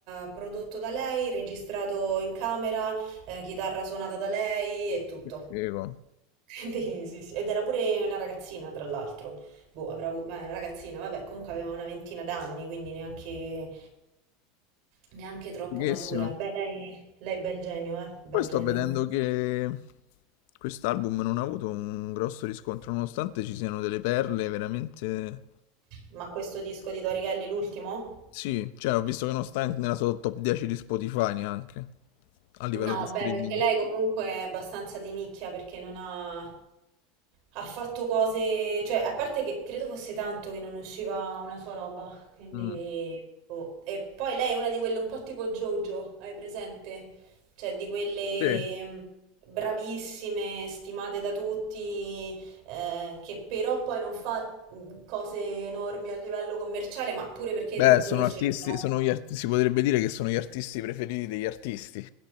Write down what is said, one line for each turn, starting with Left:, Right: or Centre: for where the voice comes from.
Right: eh, prodotto da lei, registrato in camera, eh, chitarra suonata da lei e tutto.
Left: Che figo.
Right: <laughs> Quindi sì, sì. Ed era pure una ragazzina, tra l'altro boh, avrà avuto, beh, ragazzina, vabbè, comunque aveva una ventina d'anni, quindi neanche, neanche troppo
Left: Fighissimo.
Right: matura. Beh, lei, lei bel genio, eh, bel
Left: Poi sto
Right: genio.
Left: vedendo che quest'album non ha avuto un grosso riscontro, nonostante ci siano delle perle veramente...
Right: Ma questo disco di Tori Kelly, l'ultimo?
Left: Sì, cioè ho visto che non sta nella sua top 10 di Spotify neanche, a livello
Right: No,
Left: di streaming.
Right: beh, perché lei comunque è abbastanza di nicchia perché non ha, ha fatto cose, cioè, a parte che credo fosse tanto che non usciva una sua roba, quindi
Left: Mm.
Right: boh. E poi lei è una di quelle un po' tipo JoJo, hai presente? Cioè, di quelle
Left: Sì.
Right: mh, bravissime, stimate da tutti, eh, che però poi non fa mh, cose enormi a livello commerciale, ma pure perché
Left: Beh,
Right: loro
Left: sono
Right: scelgono.
Left: artisti, sono gli arti- si potrebbe dire che sono gli artisti preferiti degli artisti,